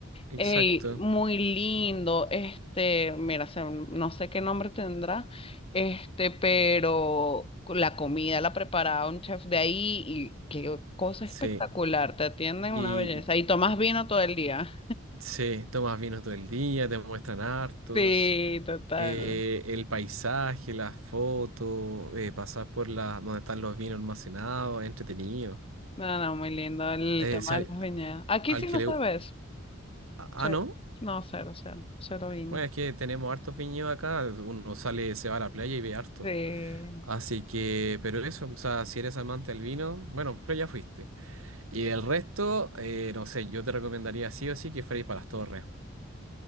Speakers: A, on the right (about 85°); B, on the left (about 25°).
A: exacto.
B: Ey, muy lindo. Este, mira, se- no sé qué nombre tendrá. Este, pero la comida la preparaba un chef de ahí y qué cosa
A: Sí.
B: espectacular. Te atienden
A: Y
B: una belleza. Y tomas vino todo el día.
A: sí, tomas vino todo el día, te muestran hartos.
B: Sí, total.
A: eh, el paisaje, las fotos, eh, pasar por la, donde están los vinos almacenados, es entretenido.
B: No, no, muy lindo el
A: Eh,
B: tema
A: si al,
B: de las viñedas. Aquí
A: al
B: sí
A: que
B: lo
A: le...
B: sabes.
A: gu- Ah, ah,
B: Cero.
A: no.
B: No, cero, cero. Cero viña.
A: Bueno, es que tenemos hartos viñedos acá. Uno sale, se va a la playa y ve hartos.
B: De
A: Así que, pero eso, o sea, si eres amante del vino, bueno, pero ya fuiste. Y del resto, eh, no sé, yo te recomendaría sí o sí que fuerais para las torres,